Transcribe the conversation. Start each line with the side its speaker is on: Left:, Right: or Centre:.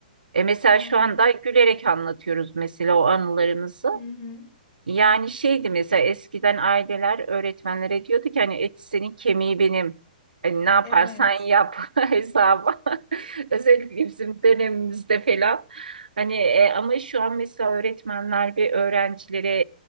Right: E mesela
Left: Aynen.
Right: şu anda gülerek anlatıyoruz mesela o anılarımızı.
Left: Hı hı.
Right: Yani şeydi mesela eskiden aileler öğretmenlere diyordu ki hani et senin kemiği benim. Hani ne yaparsan
Left: Evet.
Right: yap <laughs> hesabı. <laughs> Özellikle bizim dönemimizde falan. Hani e, ama şu an mesela öğretmenler bir öğrencilere